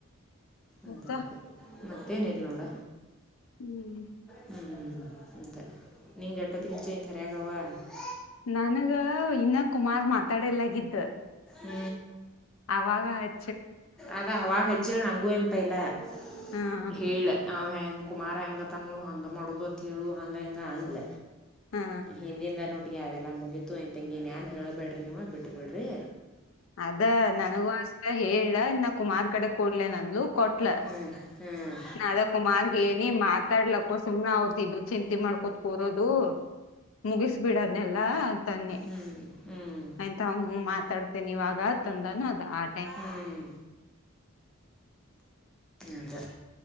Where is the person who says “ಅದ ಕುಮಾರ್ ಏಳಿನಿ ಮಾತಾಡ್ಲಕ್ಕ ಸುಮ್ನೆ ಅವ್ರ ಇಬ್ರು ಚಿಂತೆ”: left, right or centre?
Left